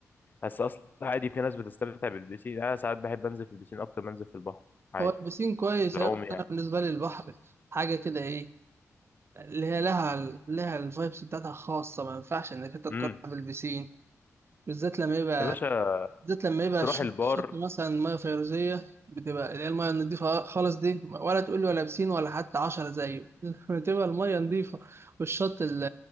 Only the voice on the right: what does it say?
هو البسين كويس
أيوة، بس
انا بالنسبه لي البحر حاجه كده ايه اللي هي لها لها الفايبس بتاعتها خاصه ما ينفعش انك انت تقارنها
بالبسين بالذات لما يبقى
بالذات لما يبقى
الشط
شط مثلا ميه فيروزيه بتبقى اللي هي الميه النضيفه خالص دي ولا تقول لي ولا بسين ولا حتى عشرة زيه <laughs> بتبقى الميه نضيفه والشط ال...